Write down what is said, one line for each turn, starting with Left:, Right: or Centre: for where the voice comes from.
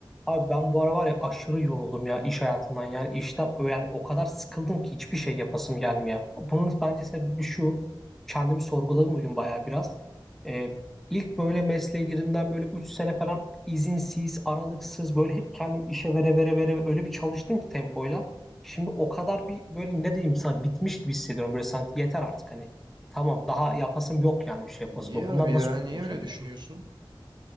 Centre: Abi ben bu ara var ya aşırı yoruldum ya iş hayatından yani işten yani o kadar sıkıldım ki hiçbir şey yapasım gelmiyor. Bunun bence sebebi şu kendimi sorguladım bugün bayağı biraz. Ee, ilk böyle mesleğe girdiğimden böyle 3 sene falan izinsiz aralıksız böyle hep kendimi işe vere vere vere vere öyle bir çalıştım ki tempoyla. Şimdi o kadar bir böyle ne diyeyim sana bitmiş gibi hissediyorum böyle sanki yeter artık hani. Tamam daha yapasım yok yani bir şey yapasım
Right: Niye
Centre: yok. Bundan
Right: abi ya?
Centre: nasıl kurtulacağım
Right: Niye öyle düşünüyorsun?
Centre: ya?